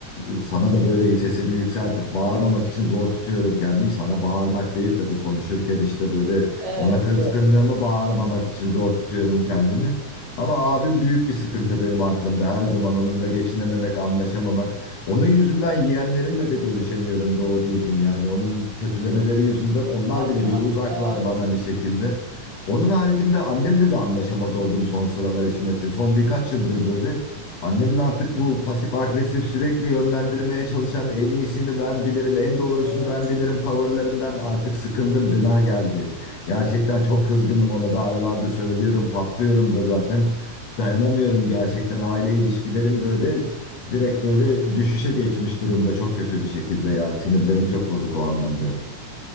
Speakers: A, on the left; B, on the right.
A: e, sana da böyle sesimi yükseltip bağırmamak için zor tutuyorum kendimi. Sana bağırmak değil tabii konuşurken işte böyle
B: Evet
A: ona kızgınlığımı
B: yok yok.
A: bağırmamak için zor tutuyorum kendimi. Ama abim büyük bir sıkıntı benim aklımda. Her zaman onunla geçinememek, anlaşamamak. Onun yüzünden yeğenlerimle de görüşemiyorum doğru düzgün yani. Onun kötülemeleri yüzünden onlar
B: Ah
A: bile
B: ah
A: bir uzaklar
B: evet.
A: bana bir şekilde. Onun haricinde annemle de anlaşamaz oldum son sıralar işin açığı. Son birkaç yıldır böyle. Annemin artık bu pasif agresif sürekli yönlendirmeye çalışan en iyisini ben bilirim, en doğrusunu
B: Evet.
A: ben bilirim tavırlarından artık sıkıldım, gına geldi. Gerçekten çok kızgınım ona da aralarda söylüyorum, patlıyorum da zaten. Dayanamıyorum gerçekten aile ilişkilerim böyle direkt böyle düşüşe geçmiş durumda çok kötü bir şekilde ya. Sinirlerim çok bozuk o anlamda.